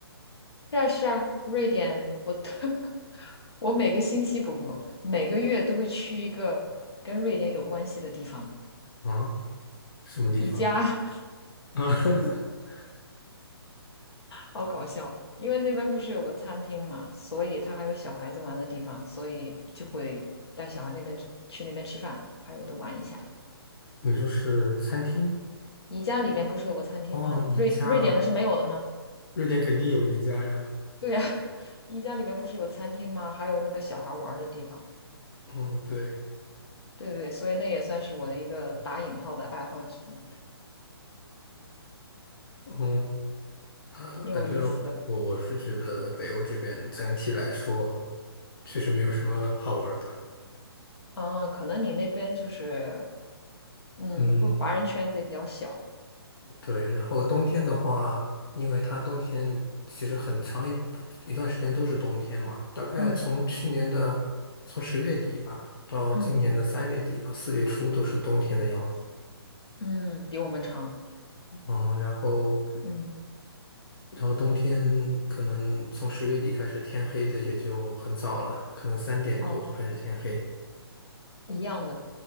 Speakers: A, on the left (about 75°); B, on the left (about 55°).
A: 是啊，是啊，瑞典，我 <laughs> 我每个星期不不不，每个月都会去一个跟瑞典有关系的地方，
B: 啊，什么地方
A: 宜家。
B: 啊？<laughs>
A: 好搞笑，因为那边不是有个餐厅嘛，所以他还有小孩子玩的地方，所以就会带小孩那边吃去那边吃饭，还有的玩一下。
B: 你说是餐厅？
A: 宜家里面不是有个餐厅吗？
B: 哦，宜家啊，
A: 瑞瑞典的是没有的吗？
B: 瑞典肯定有宜家呀。
A: 对呀、<laughs> 宜家里面不是有餐厅吗？还有那个小孩玩儿的地方。
B: 嗯，对，
A: 对对对，所以那也算是我的一个打引号的爱好之一，
B: 嗯 <laughs> 啊，
A: 挺有意思的。
B: 反正我我是觉得北欧这边整体来说确实没有什么好玩儿的。
A: 嗯，可能你那边就是，嗯，
B: 嗯，
A: 会华人圈子也比较小，
B: 对。然后冬天的话，因为它冬天其实很长一一段时间都是冬天嘛，大概从去年的从十月底吧，
A: 嗯
B: 到今年的三月底到四月初都是冬天的样子。
A: 嗯嗯，比我们长，
B: 嗯，然后
A: 嗯。
B: 然后冬天可能从十月底开始天黑的也就很早了，可能三点多就开始天黑。
A: 哦。一样的，